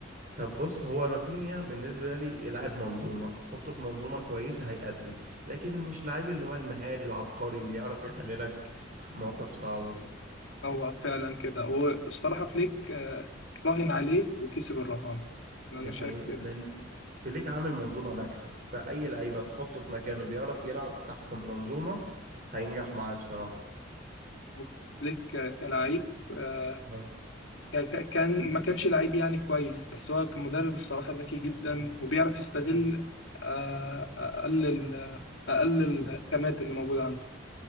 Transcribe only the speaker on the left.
هو فعلا كده والصراحة فليك آه، راهن عليه وكسب الرهان أنا
شايف
كده
هو فليك آه، كلاعب آه،
ك- ك- كان ما كانش لعيب يعني كويس بس هو كمدرب الصراحة ذكي جدا وبيعرف يستغل
آه، أقل ال- أقل الخامات اللي موجودة عنده